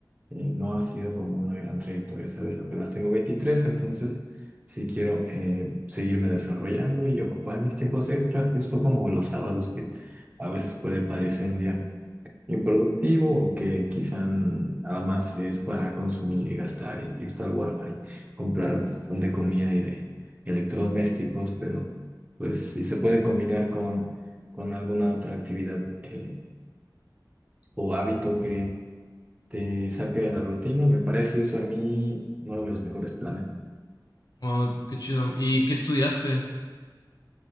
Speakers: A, on the right; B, on the left.
A: eh, no ha sido como una gran trayectoria, ¿sabes? Apenas tengo 23, entonces sí quiero eh, seguirme desarrollando y ocupar mis tiempos extras, justo como los sábados que... A veces puede parecer un día improductivo o que quizá nada más es para consumir y gastar y irse al Walmart y comprar un montón de comida y de electrodomésticos, pero pues si se puede combinar con, con alguna otra actividad eh, o hábito que te saque de la rutina, me parece eso a mí uno de los mejores planes.
B: Oh, qué chido. ¿Y qué estudiaste?